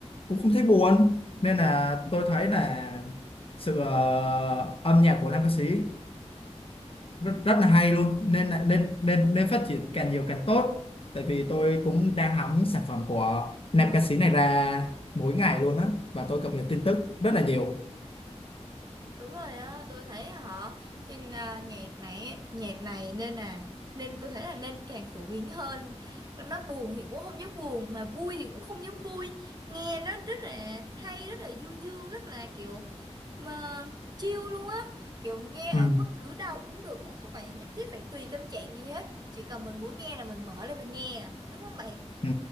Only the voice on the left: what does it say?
cũng không thấy buồn nên là tôi thấy là sự ờ, âm nhạc của nam ca sĩ rất rất là hay luôn nên là- nên nên nên phát triển càng nhiều càng tốt tại vì tôi cũng đang hóng những sản phẩm của nam ca sĩ này ra mỗi ngày luôn á và tôi cập nhật tin tức rất là nhiều
ừ,
ừ,